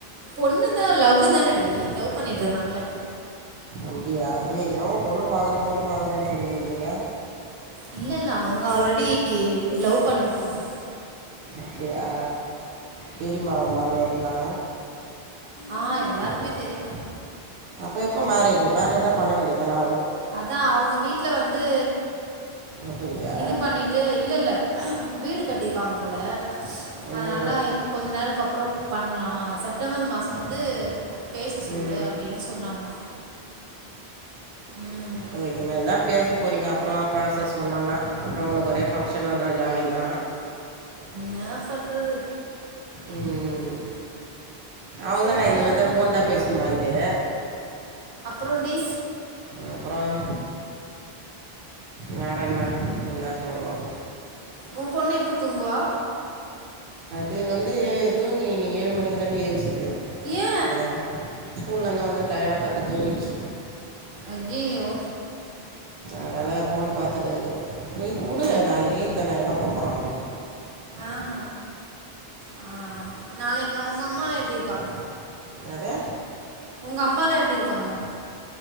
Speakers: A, on the right; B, on the right.
A: பொண்ணு தா லவ் தானடி லவ் பண்ணிட்ருந்தாங்கல்ல
B: அப்டியா ஏ என்னவோ பொண்ணு பாக்கறே பொண்ணு பாக்கறேன் சொல்லின்னுருந்தீங்க
A: இல்லல்ல அவங்க ஆல்ரெடி லவ் பண்ணிட்ருந்தாங்
B: அப்டியா தெரியுமா உங்க மாமியாருக்கலா
A: ஆ எல்லாருக்குமே தெரியு
B: இப்ப எப்ப மாரேஜ் மாரேஜ் தான் பண்ண வேண்டியதான
A: அதா அவங்க வீட்ல வந்து
B: ஒத்துக்கலையா
A: இது பண்ணிட்டு இல்லல்ல வீடு கட்டியிருக்காங்க போல
B: ம்
A: அதனால இப்ப கொஞ்ச நாள்க்கு அப்றம் பண்லா செப்டம்பர் மாச வந்து பேச சொல்லு
B: ம்
A: அப்டின் சொன்னாங்களா ம்
B: ஓய் இனிமேல் தா பேச போறீங்க அப்றம் ப்ராஸஸ் ஒன்னொன்னா அப்றம் உனக்கு ஒரே ஃபங்க்ஷன் வந்துடும் ஜாலி தா
A: என்ன பண்றது
B: ம் அவ்ளதான
A: சேரி
B: இந்த மாத்தி
A: அதுதா
B: தா போன் தா பேசண்மா இது
A: அப்புறண்டி
B: அப்றம் வேற என்ன நீதா சொல்னு
A: ஒ பொண்ணு எப்ப தூங்குவா
B: இது வந்து தூங்கி இன்னக்கு ஏழு மணிக்கு தாண்டி ஏஞ்சது
A: ஏ
B: அதா ஸ்கூல்லருந்து வந்து டயர்டா பட்த்து தூங்கிச்சு
A: அய்யயோ
B: அதால போன் பாத்துனுக்குது இது உடு
A: ஓ
B: நாளைக்கு லீவ் தானே எங்க போ பொற <unintelligible>
A: ஆஹ ஆ நாளைக்லா உங்க அம்மால எப்டிருக்காங்க
B: அதே
A: உங்க அம்மாலா எப்டிருக்காங்க